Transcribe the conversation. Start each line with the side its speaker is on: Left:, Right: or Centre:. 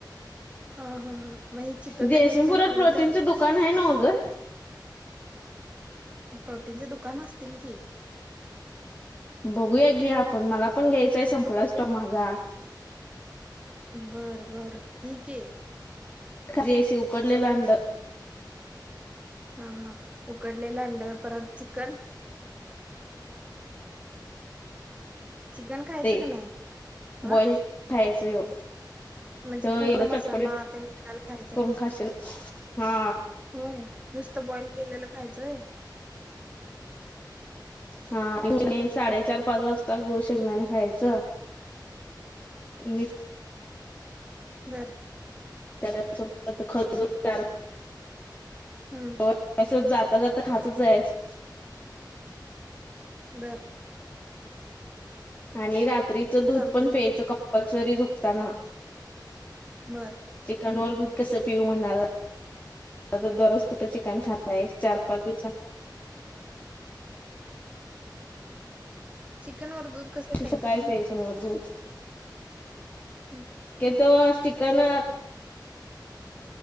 Right: हा हा हा मग हे चिकन
Left: जयसिंगपुरात
Right: वगैरे काय खाल्लं
Left: प्रोटीनचं
Right: तर
Left: दुकान हाय नवं ग.
Right: प्रोटीनचे दुकान असतील की.
Left: बघूया घे आपण मला पण घ्यायचंय संपलाय स्टॉक माझा.
Right: बर बर ठीके.
Left: खरी अशी उकडलेल अंड.
Right: हा हा उकडलेलं अंड परत चिकन? चिकन खायचं
Left: ते
Right: का नाही आ.
Left: बॉईल खायचं ह्यो.
Right: म्हणजे
Left: तर
Right: पूर्ण
Left: एवढं चटपटीत
Right: मसाला ते तिलाला खायच
Left: करून
Right: नाई.
Left: खाशील हा
Right: होय नुसत बॉइल केलेल खायचं होय.
Left: हा <unintelligible> साडेचार पाच वाजता गूळ शेगदाने खायचं आणि
Right: बरं.
Left: <unintelligible>
Right: हम्म
Left: येता जाता खातच जायचं.
Right: बरं.
Left: आणि रात्रीचं दूध
Right: चालतंय
Left: पण प्यायचं कंपल्सरी झोपताना.
Right: बर
Left: चिकनवर दूध कसं पिऊ म्हणा आता दररोज कुठे चिकन खानाराय चार, पाच दिवसा
Right: चिकन वर दूध कसं
Left: कस काय
Right: म्हणलं
Left: प्यायचं म दुध
Right: हम्म
Left: के तो चिकन.